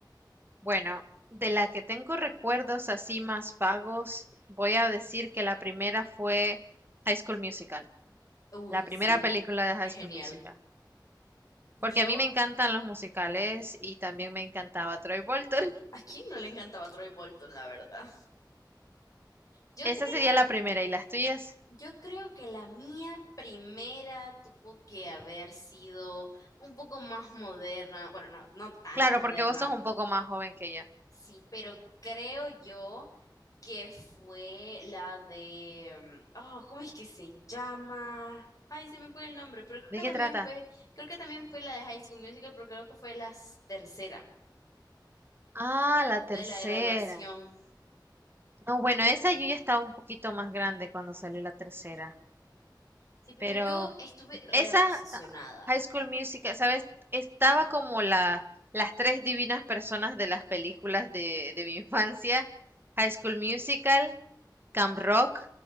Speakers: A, on the right (about 30°); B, on the left (about 45°).
A: Bueno, de la que tengo recuerdos así más vagos, voy a decir que la primera fue High School Musical.
B: Uh,
A: La primera
B: sí,
A: película de High
B: qué genial.
A: School Musical.
B: Yo
A: Porque a mí me encantan los musicales y también me encantaba Troy Bolton. <laughs>
B: ¿A quién no le encantaba Troy Bolton, la verdad? Yo
A: Esa
B: creo,
A: sería la primera. ¿Y las tuyas?
B: yo creo que la mía primera tuvo que haber sido un poco más moderna, bueno, no, no tan
A: Claro,
B: moderna,
A: porque vos sos un poco más joven que yo.
B: sí, pero creo yo que fue la de, mm, oh, ¿cómo es que se llama? Ay, se me fue el nombre, pero creo
A: ¿De
B: que también
A: qué trata?
B: fue, creo que también fue la de High School Musical, pero creo que fue la s- tercera,
A: Ah, la tercera.
B: la de la graduación.
A: No, bueno, esa yo ya estaba un poquito más grande cuando salió la tercera,
B: Sí, pero
A: pero
B: yo estuve re
A: esa
B: obsesionada.
A: ah, High School Musical, ¿sabes? Estaba como la, las tres divinas personas de las películas de, de mi <laughs> infancia, High School Musical, Camp Rock